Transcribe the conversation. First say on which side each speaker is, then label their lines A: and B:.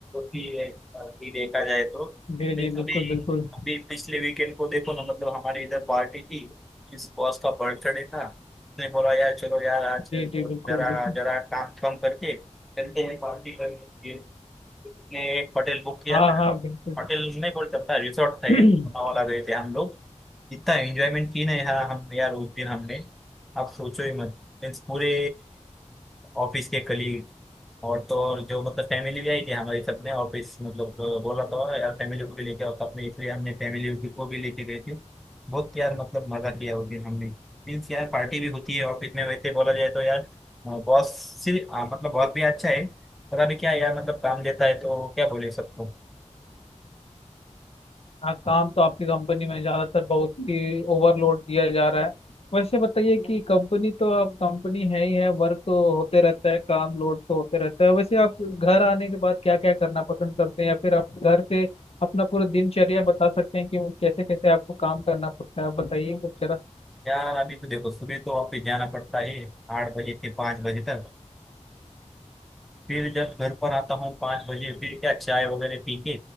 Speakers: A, in the centre; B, on the left.
A: ही है अभी देखा जाए तो अभी
B: जी जी बिल्कुल
A: अभी
B: बिल्कुल
A: अभी पिछले वीकेंड को देखो ना मतलब हमारे इधर पार्टी थी किस बॉस का बर्थडे था उसने बोला यार चलो यार आज
B: जी जी बिल्कुल
A: जरा
B: बिल्कुल
A: जरा काम कम करके चलते हैं पार्टी करने के लिए उसने एक होटल बुक किया
B: हाँ
A: था
B: हाँ बिल्कुल
A: होटल नहीं बोल सकता रिसोर्ट था
B: <clears throat>
A: एक वहाँ वाला गए थे हम लोग इतना एंजॉयमेंट की ना यार हम यार उस दिन हमने आप सोचो ही मत मीन्स पूरे ऑफिस के कलीग और तो और जो मतलब फैमिली भी आई थी हमारी सबने और फिर मतलब अ, बोला तो यार फैमिली को भी लेके आओ साथ में इसलिए हमने फैमिली भी- को भी लेके गए थे बहुत यार मतलब मजा किया उस दिन हमने मीन्स यार पार्टी भी होती है ऑफिस में वैसे बोला जाए तो यार बॉस सिर्फ अ, मतलब बॉस भी अच्छा है पर अभी क्या है यार मतलब काम देता है तो क्या बोले सबको
B: हाँ काम तो आपकी कंपनी में ज्यादातर बहुत ही ओवरलोड दिया जा रहा है वैसे बताइए कि कंपनी तो आप कंपनी है ही है वर्क तो होते रहता है काम लोड तो होते रहता है वैसे आप घर आने के बाद क्या क्या करना पसंद करते हैं या फिर आप घर से अपना पूरा दिनचर्या बता सकते हैं कि वो कैसे कैसे आपको काम करना पड़ता है बताइए कुछ जरा
A: यार अभी तो देखो सुबह तो ऑफिस जाना पड़ता है आठ बजे से पाँच बजे तक फिर जब घर पर आता हूँ पाँच बजे फिर क्या चाय वगैरह पी के